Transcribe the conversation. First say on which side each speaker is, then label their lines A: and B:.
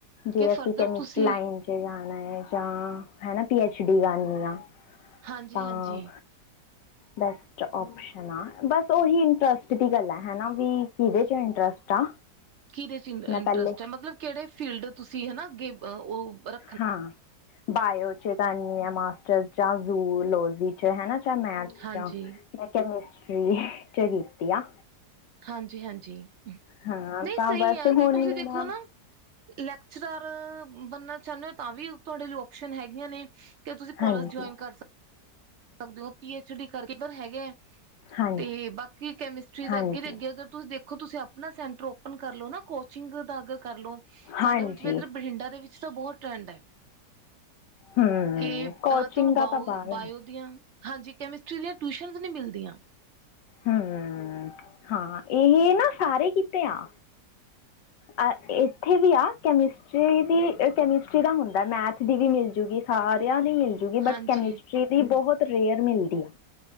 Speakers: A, on the left; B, on the right.
A: ਜੇ
B: ਕਿ ਫਰਦਰ
A: ਅਸੀਂ ਕੈਮਿਸਟਰੀ
B: ਤੁਸੀਂ
A: ਲਾਈਨ ਚ। ਆਣਾ ਹੈ ਜਾਂ ਹਨਾ ਪੀ ਐਚ ਡੀ ਕਰਣੀ ਆ।
B: ਹਾਂਜੀ
A: ਤਾਂ
B: ਹਾਂਜੀ।
A: Best option. ਹੈਨਾ ਬਸ ਓਹੀ ਇੰਟਰਸਟ ਦੀ ਗੱਲ ਐ ਹੈਨਾ ਵੀ ਕਿਹਦੇ ਚ ਇੰਟਰਸਟ ਆ।
B: ਕਿਹਦੇ ਚ ਇੰਟਰਸਟ
A: ਮੈਂ ਪਹਿਲੇ
B: ਐ ਮਤਲਬ ਕਿਹੜੇ ਫੀਲਡ ਤੁਸੀ ਹੈਨਾ ਗੇ ਉਹ ਰ
A: ਹਾਂ। ਬਾਇਓ ਚ ਕਰਨੀ ਆ ਮਾਸਟਰਸ ਜਾਂ ਜ਼ੂਲੋਜੀ ਚ ਹੈਨਾ ਚਾਹ ਮੈਥ
B: ਹਾਂਜੀ
A: ਚ। ਮੈ ਕੈਮਿਸਟਰੀ ਚ ਕੀਤੀ ਆ।
B: ਹਾਂਜੀ ਹਾਂਜੀ
A: ਹਾਂ
B: ਨਹੀਂ
A: ਤਾਂ
B: ਸਹੀ
A: ਬਸ
B: ਹੈ ਅਗਰ
A: ਹੁਣ
B: ਤੁਸੀਂ ਦੇਖੋ
A: ਮੇਰਾ
B: ਨਾ ਲੈਕਚਰਾਰ ਬਣਨਾ ਚਾਹਣੇ ਹੋ ਤਾਂ ਵੀ ਤੁਹਾਡੇ ਚ ਓਪਸ਼ਨ ਹੈਗੀਆਂ ਨੇ। ਕਿ ਤੁਸੀਂ ਕੋਲਜ
A: ਹਾਂਜੀ
B: ਜੁਆਇਨ ਕਰ ਸਕ ਸਕਦੇ ਹੋ ਪੀ ਐਚ ਡੀ ਕਰਕੇ ਇਧਰ ਹੈਗੇ ਹੈ
A: ਹਾਂਜੀ
B: ਤੇ ਬਾਕੀ ਕੈਮਿਸਟਰੀ ਦਾ
A: ਹਾਂਜੀ
B: ਅੱਗੇ ਦੇ ਅੱਗੇਧਰ। ਤੁਸੀਂ ਦੇਖੋ ਤੁਸੀਂ ਆਪਣਾ ਸੈਂਟਰ ਓਪਨ ਕਰ ਲਓ ਨਾ ਕੋਚਿੰਗ ਦਾ ਅ ਕਰਲੋ। ਸਾਡੇ
A: ਹਾਂਜੀ
B: ਹੁਣ ਜ ਇਧਰ ਬਠਿੰਡਾ ਦੇ ਵਿੱਚ ਤਾਂ ਬਹੁਤ ਟਰੈਂਡ ਹੈ।
A: ਹੂੰ
B: ਕਿ ਅਹ
A: ਕੋਚਿੰਗ
B: ਤੁਹਾਨੂੰ ਬਾਓ
A: ਦਾ ਤਾਂ ਬਾਹਲਾ
B: ਬਾਇਓ
A: ਹੈ
B: ਹਾਂਜੀ ਕੈਮਿਸਟਰੀ ਦੀਆਂ ਟਿਊਸ਼ਨ ਵੀ ਨੀ ਮਿਲਦੀਆਂ
A: ਹੂੰ ਹੂੰ ਹਾਂ ਇਹ ਨਾ ਸਾਰੇ ਕਿਤੇ ਆ ਅ ਇੱਥੇ ਵੀ ਆ। ਕੈਮਿਸਟਰੀ ਦੀ ਕੈਮਿਸਟਰੀ ਦਾ ਹੁੰਦਾ ਮੈਥ ਦੀ ਵੀ ਮਿਲਜੂਗੀ ਸਾਰਿਆਂ ਦੀ ਮਿਲਗੀ। ਗੀ
B: ਹਾਂਜੀ
A: ਬਟ ਕੈਮਿਸਟਰੀ ਦੀ ਬਹੁਤ ਰੀਅਲ ਮਿਲਦੀ ਆ